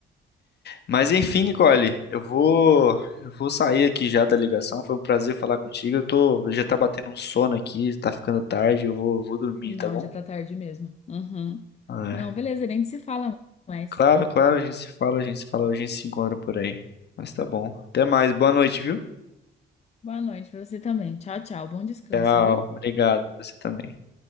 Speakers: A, on the left; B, on the left.
A: Mas enfim, Nicole, eu vou, eu vou sair aqui já da ligação. Foi um prazer falar contigo. Eu tô, já tá batendo um sono aqui, tá ficando tarde. Eu vou, vou dormir,
B: Não,
A: tá bom?
B: já tá tarde mesmo. Uhum.
A: É.
B: Não, beleza, nem se fala mais.
A: Claro, claro, a gente se fala, a gente se fala, a gente se encontra por aí. Mas tá bom. Até mais. Boa noite, viu?
B: Boa noite pra você também. Tchau, tchau. Bom descanso,
A: Tchau.
B: viu?
A: Obrigado. Você também.